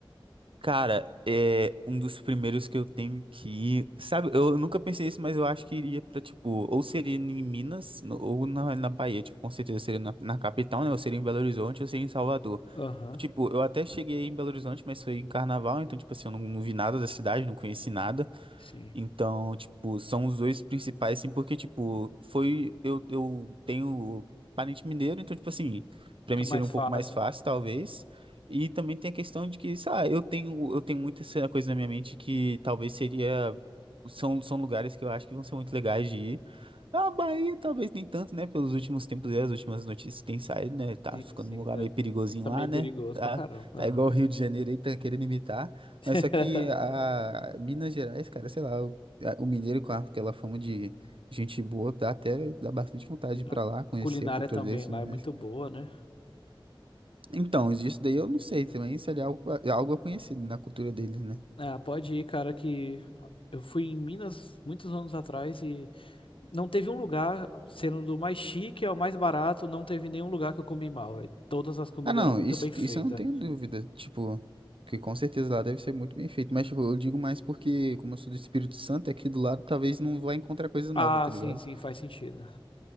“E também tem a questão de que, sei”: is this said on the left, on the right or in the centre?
Right